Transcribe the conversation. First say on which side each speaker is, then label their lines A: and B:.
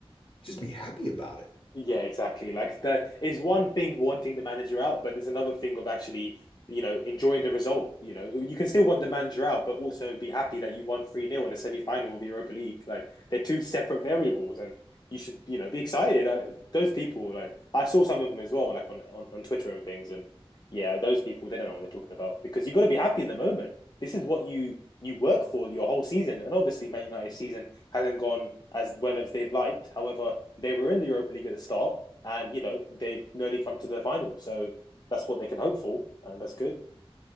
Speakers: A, on the left; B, on the left.
A: just be happy about it?
B: Yeah, exactly. Like that is one thing wanting the manager out, but it's another thing of actually, you know, enjoying the result. You know, you can still want the manager out, but also be happy that you won 3 nil in a semi-final of the Europa League. Like they're two separate variables and you should, you know, be excited. I, those people, like I saw some of them as well, like on, on, on Twitter and things. And yeah, those people, they don't know what they're talking about because you've got to be happy in the moment. This is what you you work for your whole season. And obviously Man United's season hasn't gone as well as they've liked. However, they were in the Europa League at the start, and you know they've nearly come to the final, so that's what they can hope for, and that's good.